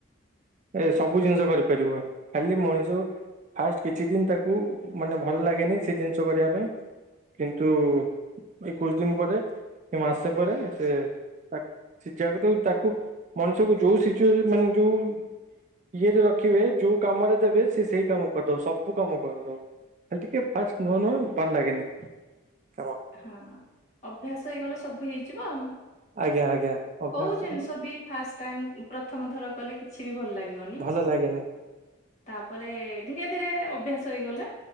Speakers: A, on the right; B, on the left.
A: ଏ ସବୁ ଜିନିଷ କରିପାରିବ ଖାଲି ମଣି ଯୋ ଫାଷ୍ଟ କିଛି ଦିନି ତାକୁ ମାନେ ଭଲ ଲାଗେନି ସେ ଜିନିଷ କରିବା ପାଇଁ। କିନ୍ତୁ ଏକୋଇଶ ଦିନ ପରେ କି ମାସେ ପରେ ସେ ତା ସିକିବା ତାକୁ ମଣିଷକୁ ଯୋଉ ସିଚୁ ମାନେ ଯୋଉ ଇଏରେ ରଖିବେ ଯୋଉ କାମରେ ଦେବେ ସେ ସେଇ କାମ କରିଦବ ସବୁ କାମ କରିଦବ ଖାଲି ଟିକେ ଫାଷ୍ଟ ନୁଆ ନୁଆ ଭଲ ଲାଗେନି। କାମ।
B: ହଁ ଅଭ୍ୟାସ ହେଇଗଲା ସବୁ ହେଇଯିବ ଆଉ
A: ଆଜ୍ଞା ଆଜ୍ଞା ଅଭ୍ୟାସ
B: କୋଉ ଜିନିଷ ବି ଫାଷ୍ଟ ଟାଇମ୍ ପ୍ରଥମ ଥର କଲେ କିଛି ବି ଭଲ ଲାଗିବନି।
A: ଭଲ ଲାଗେନି
B: ତାପରେ ଧୀରେ ଧୀରେ ଅଭ୍ୟାସ ହେଇଗଲେ